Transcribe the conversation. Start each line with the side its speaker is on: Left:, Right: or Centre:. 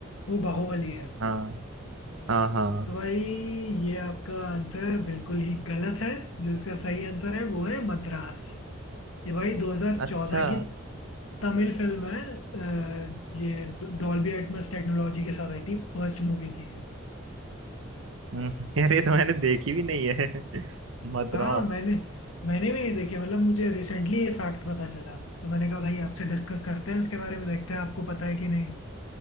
Left: वो बाहुबली है
Right: हाँ हाँ हाँ
Left: तो भाई ये आपका आंसर बिल्कुल ही गलत है जो इसका सही आंसर है वो है मद्रास ये भाई 2014
Right: अच्छा
Left: की तमिल फिल्म है अ, ये डॉल्बी एटमॉस टेक्नोलॉजी के साथ आई थी फर्स्ट मूवी थी ये
Right: हम्म, यार ये तो मैंने देखी भी नहीं है <laughs> मद्रास
Left: हाँ मैंने मैंने भी नहीं देखी मतलब मुझे रिसेंटली ये फैक्ट पता चला तो मैंने कहा भाई आपसे डिस्कस करते हैं इसके बारे में देखते हैं आपको पता है कि नहीं